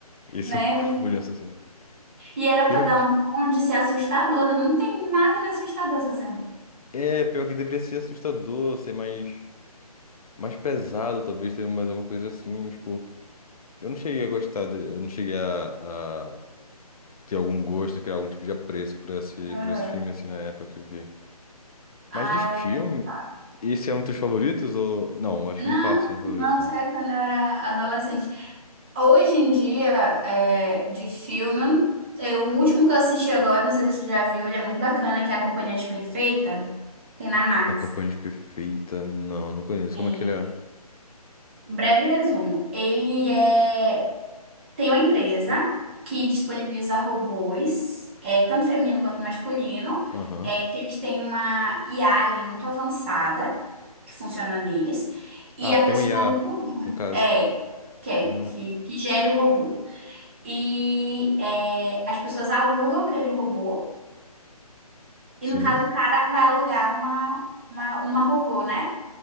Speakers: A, on the left (about 65°); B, on the right (about 20°).
A: Esse
B: né?
A: é um corpo de um assassino.
B: E era
A: Pior
B: pra dar
A: que.
B: um tom de ser assustador, né? Não tem nada de assustador essa cena.
A: É, pior que deveria ser assustador, ser mais. Mais pesado, talvez, ter mais alguma coisa assim, mas, pô. Eu não cheguei a gostar, de- eu não cheguei a, a ter algum gosto, criar algum tipo de apreço por esse,
B: Aham.
A: por esse filme, assim, na época que eu vi.
B: Ah,
A: Mas de filme,
B: eu. gostava.
A: esse é um dos teus favoritos ou. Não, acho
B: Não,
A: que nem passa de um favorito.
B: não, isso
A: né?
B: é quando eu era adolescente. Hoje em dia, é, de filme, eu- o último que eu assisti agora, não sei se você já viu, ele é muito bacana, que é A Companhia de Perfeita, tem na Max.
A: Acompanhante perfeita. Não, não conheço.
B: É.
A: Como é que ele é?
B: Breve resumo. Ele é, tem uma empresa que disponibiliza robôs, é, tanto feminino quanto masculino,
A: Aham.
B: é, que eles têm uma IA ali muito avançada, que funciona neles, e
A: Ah,
B: a
A: tem
B: pessoa
A: um IA,
B: aluga,
A: no caso.
B: é, que, é-
A: Ah,
B: que, que gere o robô. E é, as pessoas alugam aquele robô. E
A: sim.
B: no caso, o cara vai alugar uma, uma, uma robô, né?